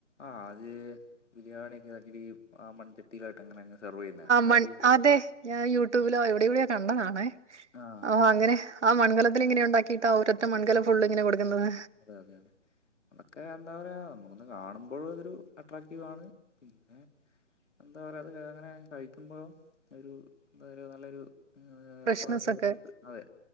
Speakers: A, on the left; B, on the right.
A: ആഹ് അത് ബിരിയാണിയക്കെ <unintelligible> ആ മൺച <unintelligible> ട്ടങ്ങനെ അങ്ങ് സർ വിയ്യ്ന്നേ ആ
B: മൺ
A: രീതിയല്ലേ
B: അതെ ഞാൻ യൂട്യൂബിലോ എവിടെ ഇവിടെയോ കണ്ടതാണേ
A: ആ
B: ഓഹ് അങ്ങനെ ആ മൺകലത്തില് ഇങ്ങനെ ഉണ്ടാക്കിട്ടാ ഒരറ്റ മൺകല ഫുള്ള് ഇങ്ങനെ കൊട്ക്ക്ന്നത്
A: അതെ അതെ അതെ അതൊക്കെ എന്താ പറയാ നമുക്കൊന്ന് കാണുമ്പഴും അതൊരു അട്രാക്റ്റീവാണ് പിന്നെ എന്താ പറയാ അത് ഇങ്ങനെ ങ്ങനെ കഴിക്കുമ്പഴും ഒരു എന്താ പറയ നല്ലൊരു ഏഹ്
B: ഫ്രഷ്നെസ്
A: നമ്മുടെ
B: ഒക്കെ
A: അതെ